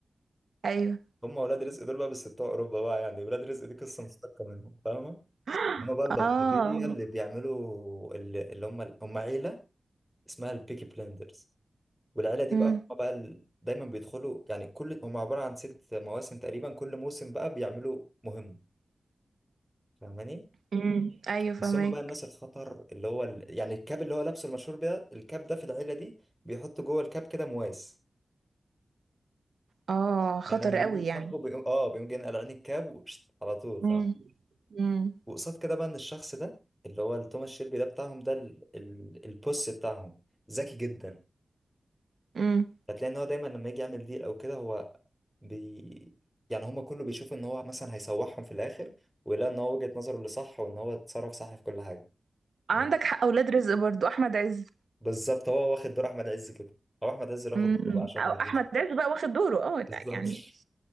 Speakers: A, on the right; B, in the centre.
A: ايوه
B: هم ولاد رزق دول بقى بس بتوع اوروبا بقى يعني ولاد رزق دي قصة مشتقة منهم فاهمة
A: <laughs>
B: هم بقى البلطجية
A: اه
B: اللي بيعملوا اللي اللي هم هم عيلة اسمها البيكي بلندرز والعيله دي
A: امم
B: بقى هم بقى ال- دايما بيدخلوا يعني كل هم عباره عن ست مواسم تقريبا كل موسم بقى بيعملوا مهمه فاهماني
A: امم ايوه فهمك
B: بس هم بقى الناس الخطر اللي هو ال... يعني الكاب اللي هو لابسه المشهور بيه الكاب ده في العيله دي بيحط جوه الكاب كده مواس
A: اه خطر
B: يعني لما
A: قوي
B: بيجوا يتخانقوا
A: يعني
B: بيقوم اه بيقوم جاي قلعان الكاب وشت على طول فاهم
A: امم امم
B: وقصاد كده بقى ان الشخص ده اللي هو توماس شيلبي ده بتاعهم ده ال... ال... البوس بتاعهم ذكي جدا
A: امم
B: هتلاقي ان هو دايما لما يجي يعمل ديل او كده هو بي يعني هما كله بيشوف ان هو مثلا هيسوحهم في الاخر ويلاقي ان هو وجهة نظره اللي صح وان هو اتصرف صح في كل حاجة تمام؟
A: عندك حق اولاد رزق برضو احمد عز
B: بالظبط هو واخد دور احمد عز كده او احمد عز اللي واخد
A: امم
B: دوره بقى عشان
A: او
B: ما نظلمش
A: احمد عز بقى واخد دوره اه لا
B: بالظبط
A: يعني
B: <laughs>